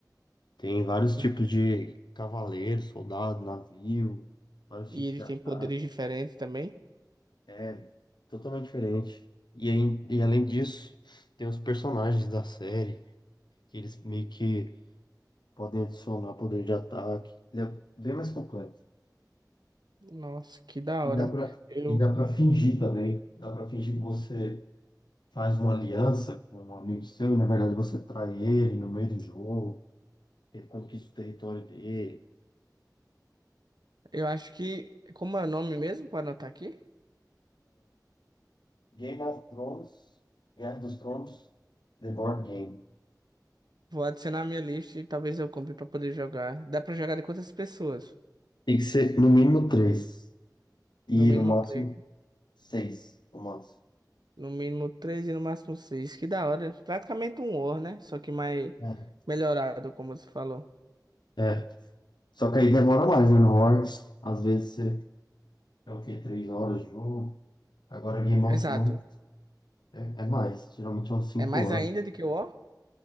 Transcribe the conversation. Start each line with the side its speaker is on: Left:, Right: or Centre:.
Left: Tem vários tipos
Right: Hum.
Left: de cavaleiro, soldado, navio, vários
Right: E
Left: tipos
Right: ele
Left: de
Right: tem
Left: ataque.
Right: poderes diferentes também.
Left: É totalmente diferente. E, aí, e além disso, tem os personagens da série, que eles meio que podem adicionar poder de ataque. Ele é bem mais completo.
Right: Nossa, que da
Left: E
Right: hora.
Left: dá pra,
Right: Eu,
Left: e dá pra fingir também. Dá pra fingir que você faz uma aliança com um amigo seu e, na verdade, você trai ele no meio do jogo, ele conquista o território dele.
Right: eu acho que. Como é o nome mesmo? Pode anotar aqui?
Left: Game of Thrones, Guerra dos Tronos, The Board Game.
Right: Vou adicionar a minha lista e talvez eu compre pra poder jogar. Dá pra jogar de quantas pessoas?
Left: Tem que ser no mínimo três e
Right: No mínimo
Left: no máximo
Right: três.
Left: seis romances.
Right: No mínimo três e no máximo seis. Que da hora. Praticamente um War, né? Só que mais
Left: É.
Right: melhorado, como você falou.
Left: É. Só que aí demora mais, né? No Horse, às vezes você é o quê? Três horas de jogo. Agora Game of
Right: Exato.
Left: Thrones é, é mais, geralmente é umas cinco
Right: É mais
Left: horas.
Right: ainda do que o War?